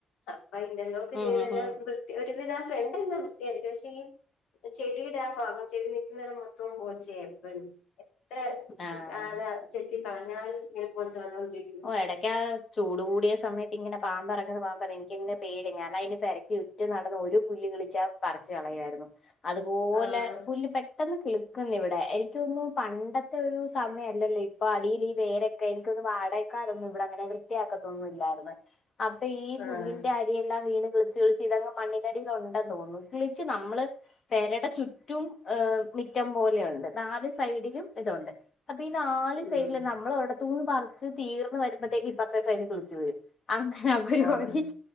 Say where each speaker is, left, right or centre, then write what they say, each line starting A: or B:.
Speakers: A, on the left; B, on the left.
A: അപ്പം ഇന്റർലോക്ക്
B: ഉം
A: ചെയ്തെല്ലാം
B: ഉം ഉം
A: വൃത്തി <unintelligible> ഫ്രണ്ടെല്ലാം വൃത്തിയാക്കി പക്ഷേ ഈ ചെടിയിടാ ഭാഗം ചെടി നിക്കിന്നെടം മൊത്തം പോച്ചേ എപ്പഴും തെ
B: ആഹ്
A: നാനാ ചെത്തി കളഞ്ഞാലും ഇങ്ങ പോ <unintelligible>
B: ഓഎടക്കാ ചൂട് കൂടിയ സമയത്തിങ്ങനെ പാമ്പേറങ്ങുന്ന പാമ്പേറങ്ങിക്കെ ഇനിക്കങ്ങനെ പേടിയാ ഞാനയ്ന് പെരക്ക് മുറ്റ നടന്ന് ഒരു പുല്ല് കിളിച്ചാ പറിച്ച് കളയായിരുന്നു അതുപോലെ
A: ആഹ്
B: പുല്ല് പെ ട്ടെന്ന് കിളിക്കും ഇവിടെ എനിക്കൊന്നുന്നു പണ്ടത്തോരു സമയല്ലല്ലോ ഇപ്പൊ അടിയില് ഈ വേരെ ക്കെനിക്കൊന്ന് വാടെ ക്കാരൊന്നും ഇവിടങ്ങനെ വൃത്തിയാക്കത്തൊന്നുംല്ലായിർന്ന് അപ്പഈ പുല്ലിന്റെ
A: ആഹ്
B: അരിയെല്ലാം വീണ് കിളിച്ച് കിള് ചിതങ്മണ്ണിനടിലുണ്ടെന്ന് തോന്ന്ന്ന് കിളിച്ച് നമ്മള് പെരടെ ചുറ്റും ഏ് മിറ്റം പോലെയിണ്ട് നാല് സൈഡിലും ഇതൊണ്ട് അപ്പൊ ഈ നാല്
A: ഉം
B: സൈഡില് നമ്മളോര ടത്തൂന്ന് പർച്ച് തീർന്ന് വരുമ്പത്തേക്ക് ഇപ്രത്തേ സൈട് കിള്ച്ച് വരും അങ്ങനെ ആ പരിപാടി
A: ആഹ്